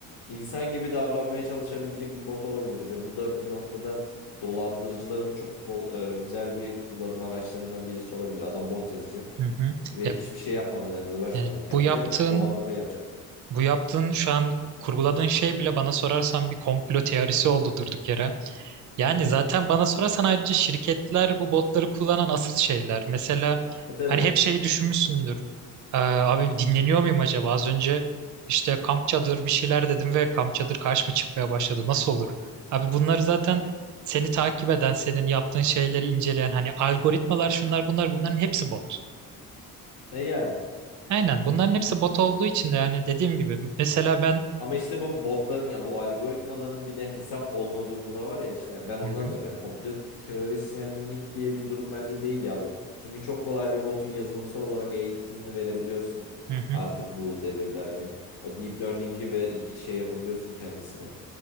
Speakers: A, on the left; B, on the right.
A: insan gibi davranmaya çalışabilecek bir bot olabilir ve bu da bir noktada dolandırıcıların çok kol- e, güzel bir kullanım araçlarından birisi olabilir. Adam bot yazacak
B: Hı hı.
A: ve
B: Ya,
A: hiçbir şey yapmadan yani uğraşmadan
B: yani
A: kendi
B: bu yaptığın,
A: dolandırmayı yapacak.
B: bu yaptığın şu an kurguladığın şey bile bana sorarsan bir komplo teorisi oldu durduk yere. Yani
A: <laughs>
B: zaten bana sorarsan ayrıca şirketler bu botları kullanan asıl şeyler. Mesela
A: E tabii.
B: hani hep şeyi düşünmüşsündür. Ee, abi dinleniyor muyum acaba? Az önce işte kamp çadır bir şeyler dedim ve kamp çadır karşıma çıkmaya başladı. Nasıl olur? Abi bunları zaten seni takip eden, senin yaptığın şeyleri inceleyen hani algoritmalar şunlar bunlar bunların hepsi bot.
A: E yani.
B: Aynen bunların hepsi bot olduğu için de yani dediğim gibi mesela ben
A: Ama işte bu botların ya bu algoritmaların bir de hesap olma durumu da var ya işte ben ondan
B: Hı hı.
A: diyorum ya komplo teorisyenlik diye bir durum bence değil ya bu. Çünkü çok kolay bir botun yazılımsal olarak eğitimini verebiliyorsun
B: Hı hı.
A: artık bu devirde hani o deep learning'i ve şey yapabiliyorsun kendisine.